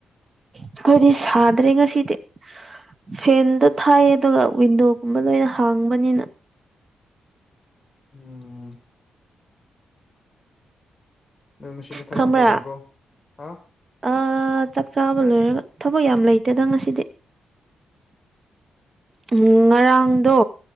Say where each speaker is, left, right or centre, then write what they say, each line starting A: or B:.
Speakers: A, on the right (about 30°); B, on the left (about 20°).
A: ꯑꯩꯈꯣꯏꯗꯤ ꯁꯥꯗ꯭ꯔꯦ ꯉꯁꯤꯗꯤ ꯐꯦꯟꯗ ꯊꯥꯏꯌꯦ ꯑꯗꯨꯒ ꯋꯤꯟꯗꯣꯒꯨꯝꯕ ꯂꯣꯏꯅ ꯍꯥꯡꯕꯅꯤꯅ
B: ꯎꯝ ꯑꯗꯣ ꯉꯁꯤꯗꯤ ꯊꯕꯛ
A: ꯈꯝꯕ꯭ꯔꯥ
B: ꯑꯇꯩ ꯂꯩꯕ꯭ꯔꯣ ꯍꯥ
A: ꯑ ꯆꯥꯛ ꯆꯥꯕ ꯂꯣꯏꯔꯒ ꯊꯕꯛ ꯌꯥꯝ ꯂꯩꯇꯦꯗꯪ ꯉꯁꯤꯗꯤ ꯎ ꯉꯔꯥꯡꯗꯣ